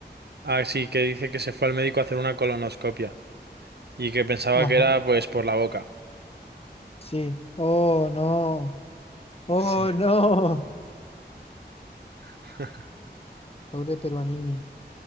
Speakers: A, on the right; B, on the left.
A: Ah, sí, que dice que se fue al médico a hacer una colonoscopia y que pensaba
B: Ajá,
A: que era pues por la boca.
B: sí. Oh, no. Oh,
A: Sí.
B: no.
A: <laughs>
B: Pobre Peruanini.